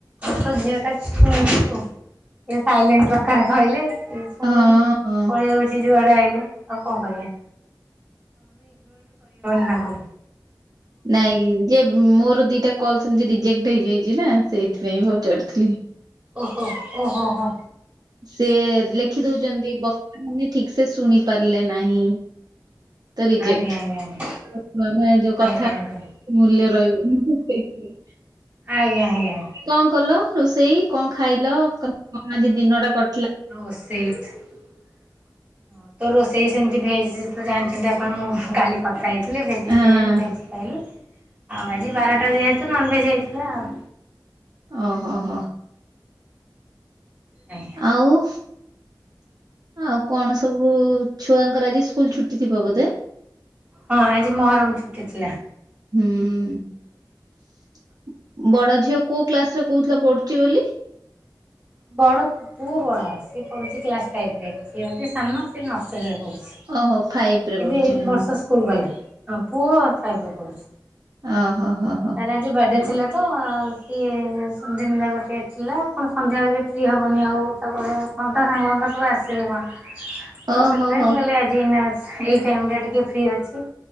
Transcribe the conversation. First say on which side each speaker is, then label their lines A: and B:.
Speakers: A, on the right; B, on the right.
A: ତ ଝିଅଟା ଶୁଣୁଛି କୋଉ କେ ସାଇଲେଣ୍ଟ ଦକାରେ କହିଲେ ସେ ଶୁଣୁନି
B: ହଁ ହଁ
A: ପଳେଇଆଉଛି ଯୁଆଡେ ଆଇଲେ ଆଉ କଣ କରିବା। ନାଁକୁ
B: ନାଇଁ ଯେ ମୋର ଦିଟା କଲ ସେମିତି ରିଜେକ୍ଟ ହେଇଯାଇଛି ନା ସେଇଥିପାଇଁ ପଚାରୁଥିଲି।
A: ଓହୋ ଓ ହୋ ହୋ।
B: ସେ ଲେଖି ଦଉଛନ୍ତି ବକ୍ତା ମାନେ ଠିକ ସେ ଶୁଣି ପାରିଲେ ନାହିଁ। ତ ରିଜେକ୍ଟ।
A: ଆଜ୍ଞା ଆଜ୍ଞା ଆଜ୍ଞା
B: ମାନେ ଯୋଉ କଥା
A: ଆଜ୍ଞା ଆଜ୍ଞା
B: ମୂଲ୍ୟ ରହିବନି ସେଇଥିରେ
A: ଆଜ୍ଞା ଆଜ୍ଞା
B: କଣ କଲ ରୋଷେଇ କଣ ଖାଇଲ କଣ ଆଜି ଦିନଟା କ?
A: ରୋଷଇ ଥ୍ ତ ର ସେଇ ସେମିତି ଭେଜ୍ ତ ଜାଣିଛନ୍ତି ଆପଣ ମୁଁ କାଲି କଥା ହେଇଥିଲି ଭେଜିଟେରିଆନ୍
B: ହଁ
A: ଭେଜ୍ ଖାଇଲି। ଆଉ ଆଜି ବାରଟା ଯେହେତୁ ନନ ଭେଜ ହେଇଥିଲା ଆଉ।
B: ଓହୋ ହୋ
A: ଆଜ୍ଞା
B: ଆଉ। ଆଉ କଣ ସବୁ ଛୁଆଙ୍କର ଆଜି ସ୍କୁଲ ଛୁଟି ଥିବ ବୋଧେ?
A: ହଁ ଆଜି ମହରମ ଛୁଟି ଥିଲା।
B: ହୁଁ। ବଡ ଝିଅ କୋଉ କ୍ଲାସ ରେ କହୁଥିଲ ପଢୁଛି ବୋଲି?
A: ବଡ଼ ପୁଅ ବଡ ସିଏ ପଢ଼ୁଛି କ୍ଲାସ ଫାଇଭ ରେ ଝିଅ ହୋଉଛି ସାନ ସେ ନର୍ସରୀରେ ପଢ଼ୁଛି।
B: ଓହୋ ଫାଇଭ ରେ ପଢୁଛି
A: ଏବେ ଏଇ
B: ହଁ।
A: ବର୍ଷ ସ୍କୁଲ ଗଲା। ହଁ ପୁଅ ଫାଇଭ ରେ ପଢ଼ୁଛି।
B: ଓ ହୋ। ହୋ
A: ତାର ଆଜି ବାଡେ ଛି ଥିଲା ତ ସିଏ ସ ଦିନ ଯାକ ଟିକେଏ ଥିଲା। ପୁଣି ସନ୍ଧ୍ୟାବେଳେ ବି ଫ୍ରି ହେବନି ଆଉ ତାକୁ କଣ ତ ସାଙ୍ଗ ଫାଙ୍ଗ ସବୁ ଆସିବେ କଣ। ତ
B: ଓହୋ
A: ସେଥିପାଇଁ
B: ହୋ
A: ମୁଁ କହିଲି ଆଜି ଏଇ ଟାଇମରେ ଟିକେ ଫ୍ରି ଅଛି।